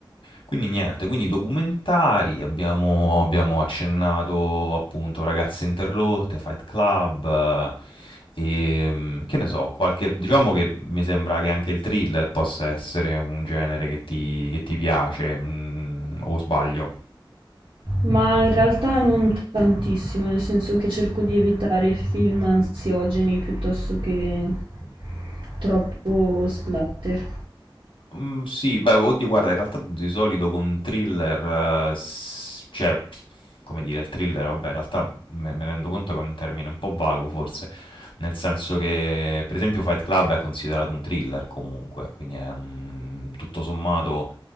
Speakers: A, on the left; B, on the right.
A: quindi niente, quindi documentari, abbiamo, abbiamo accennato appunto Ragazze Interrotte, Fight Club, eh, e mm, che ne so, qualche, diciamo che mi sembra che anche il thriller possa essere un genere che ti, che ti piace, mm, o sbaglio.
B: Ma in realtà non tantissimo, nel senso che cerco di evitare film ansiogeni piuttosto che troppo splatter.
A: Mm, sì, beh, oddio, guarda, in realtà di solito con thriller, eh, s- cioè, come dire, il thriller, vabbè, in realtà me, me rendo conto che è un termine un po' vago forse, nel senso che, per esempio, Fight Club è considerato un thriller comunque, quindi è, mm, tutto sommato